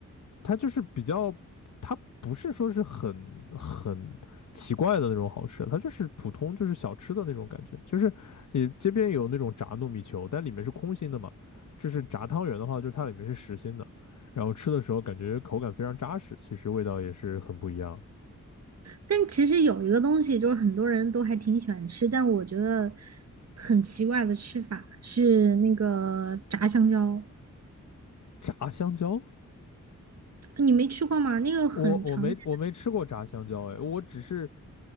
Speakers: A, on the left (about 65°); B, on the right (about 55°).
A: 它就是比较，它不是说是很很奇怪的那种好吃，它就是普通就是小吃的那种感觉。就是你街边有那种炸糯米球，但里面是空心的嘛。就是炸汤圆的话，就是它里面是实心的，然后吃的时候感觉口感非常扎实，其实味道也是很不一样。
B: 但其实有一个东西，就是很多人都还挺喜欢吃，但是我觉得很奇怪的吃法是那个炸香蕉，
A: 炸香蕉，
B: 你没吃过吗？那个很常
A: 我我没我没吃过炸香蕉，哎，我只是